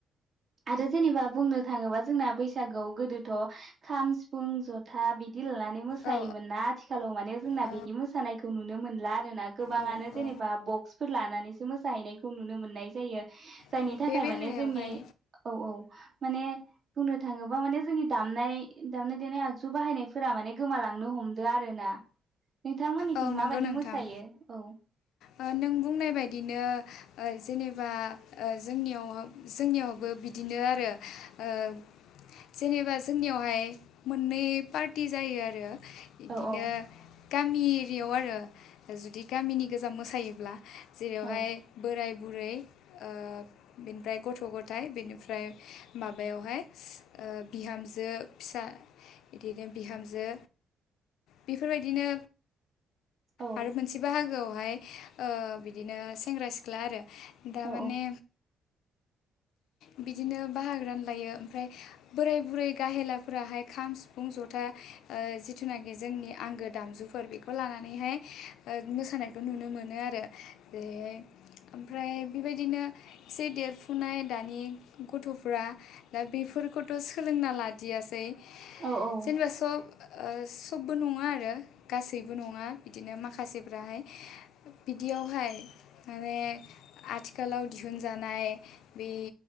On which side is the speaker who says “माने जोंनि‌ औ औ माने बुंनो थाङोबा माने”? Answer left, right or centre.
Right